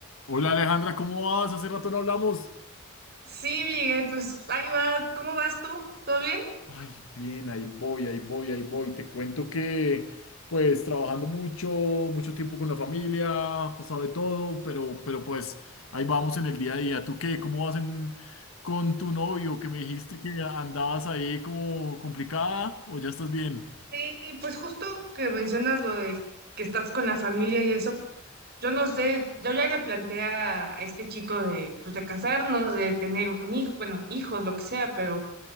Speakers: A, on the left; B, on the right.
A: Hola Alejandra, ¿cómo vas? Hace rato no hablamos.
B: Sí, Miguel, pues ahí va. ¿Cómo vas tú? ¿Todo bien?
A: Ay, bien, ahí voy, ahí voy, ahí voy. Te cuento que, pues, trabajando mucho, mucho tiempo con la familia, ha pasado de todo, pero, pero pues, ahí vamos en el día a día. ¿Tú qué? ¿Cómo vas en- con tu novio? Que me dijiste que andabas ahí como complicada, ¿o ya estás bien?
B: Sí, pues justo que mencionas lo de que estás con la familia y eso, yo no sé, yo ya le planteé a, a este chico de, pues de casarnos, de tener un hijo, bueno, hijos, lo que sea, pero